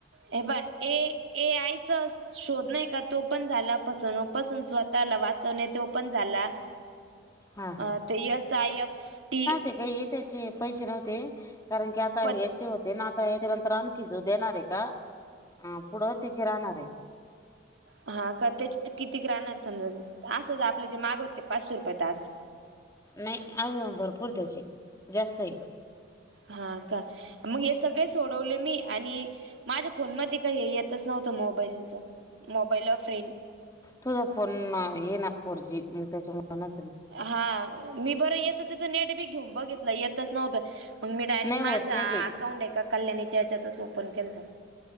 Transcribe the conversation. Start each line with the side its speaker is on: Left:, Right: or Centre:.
Right: हे बग ए ए आयच. शोध नाही का तो पण झाला पसवनुक स्वतःला वाचवणे तो पण झाला.
Left: हा
Right: अ ते यस आय एफ टी.
Left: हे ही त्याचे आहेत. पैसे नव्हते कारण की आता
Right: प
Left: या याचे होते ना आता याच्या नंतर आणखी जो देणार आहे का. हा पुढ त्याची राहणार आहे.
Right: हा का त्याचे किती क राहणार समजा अस आपले जे माग होते पाचशे रुपये तास.
Left: नाही आज भरपूर तास आहे जास्तच आहे.
Right: हा का मग हे सगळे सोडवले मी आणि माझ्या फोन मध्ये का हे येतच नाही. व्हत मोबाईलच मोबाईल फ्रेंड.
Left: तुझा फोन ये ना फोर जी मग त्याच्या मान असल.
Right: हा मी बर येत तिथ नेट बी घेऊन बघितल येतच नव्हत. मग मी डायरेक्ट
Left: नाही होत
Right: माझा
Left: नाही ते
Right: अकाउंट आहे का एका कल्याणीच्या हेचात ओपन केलत.